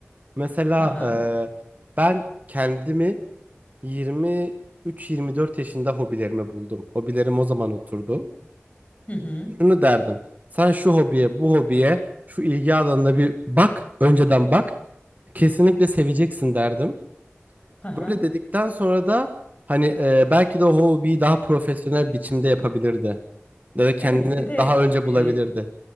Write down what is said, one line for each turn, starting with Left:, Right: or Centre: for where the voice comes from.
Right: Mesela
Left: Hı hı.
Right: eee, ben kendimi 23-24 yaşında hobilerimi buldum. Hobilerim o zaman oturdu.
Left: Hı hı.
Right: Şunu derdim. Sen şu hobiye, bu hobiye, şu ilgi alanına bir bak, önceden bak. Kesinlikle seveceksin derdim.
Left: Hı hı.
Right: Böyle dedikten sonra da hani e, belki de o hobiyi daha profesyonel biçimde yapabilirdi. Ya da kendini
Left: Evet bir de
Right: daha önce bulabilirdi.
Left: e,